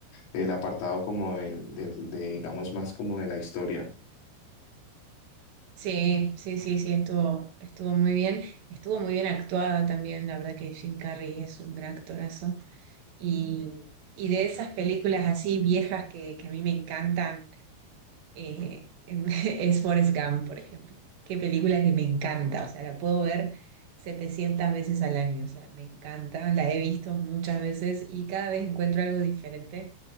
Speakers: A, on the left (about 80°); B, on the right (about 65°).
A: el apartado como del, del- de, digamos, más como de la historia.
B: sí, sí, sí, sí, estuvo, estuvo muy bien, estuvo muy bien actuada también, la verdad que Jim Carrey es un gran actorazo. Y, y de esas películas así viejas que, que a mí me encantan. eh, <laughs> es Forrest Gump, por ejemplo. Qué película que me encanta, o sea, la puedo ver 700 veces al año, o sea, me encanta, la he visto muchas veces y cada vez encuentro algo diferente,